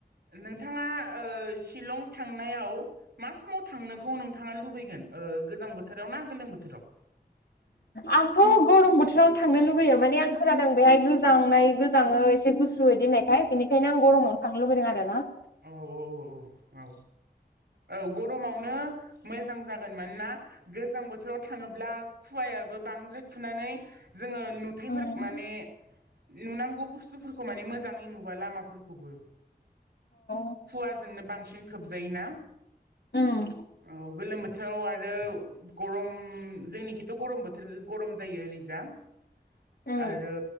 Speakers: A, on the right (about 80°); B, on the left (about 80°).
A: नोंथाङा ओ चिलं थांनायाव मा समाव थांनोखौ नोंथाङा लुबैगोन? ओ गोजां बोथोराव ना गोलोम बोथोराव?
B: आंथ' गरम बोथोरावनो थांनो लुुबैयो माने आं खोनादों बेहाय गोजांनाय गोजाङो एसे गुसु इदि होननायखाय बेनिखायनो आं गरमावनो थांनो लुुबैदों आरो ना ।
A: औ औ औ औ औ औ ग गरमावनो मोजां जागोन मानोना गोजां बोथोराव थाङोब्ला खुवायाबो बांद्राय खुनानै जोङो नुथायाइफोर
B: उम
A: माने नुनांगौ बुस्थुफोरखौ माने मोजाङै नुवा लामाफोरखौबो
B: औ
A: खुवाजोंनो बांसिन खोबजायोना
B: उम
A: औ गोलोम बोथ बोथोराव आरो गरम जोंनिखैथ' गरम बोथोर गरम जायो ओरैजा ।
B: उम
A: आरो